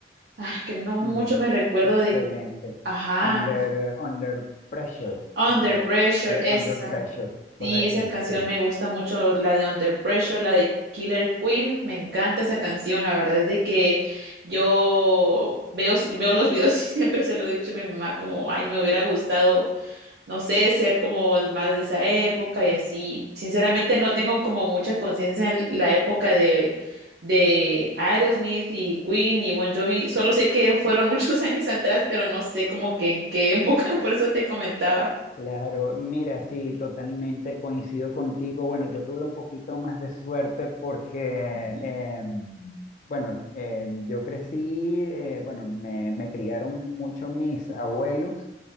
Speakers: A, on the right; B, on the left.
A: Ay, que no mucho
B: Mm,
A: me recuerdo
B: excelente.
A: de. Ajá,
B: Under, under pressure.
A: Under
B: Under,
A: Pressure,
B: un-
A: esa.
B: under pressure, correcto,
A: Sí, esa canción
B: sí.
A: me gusta mucho, la de Under Pressure, la de Killer Queen. Me encanta esa canción. La verdad es de que yo veo, veo los videos <laughs> y siempre se lo he dicho a mi mamá, como, ay, me hubiera gustado no sé, ser como más de esa época y así. Sinceramente no tengo como mucha conciencia en la época de, de Aerosmith y Queen y Bon Jovi. Solo sé que fueron muchos <laughs> años atrás, pero no sé como que en qué época, <laughs> por eso te comentaba.
B: Claro, mira, sí, totalmente coincido contigo. Bueno, yo tuve un poquito más de suerte porque,
A: Ujú,
B: eh, bueno, eh, yo crecí, eh, bueno, me, me criaron mucho mis abuelos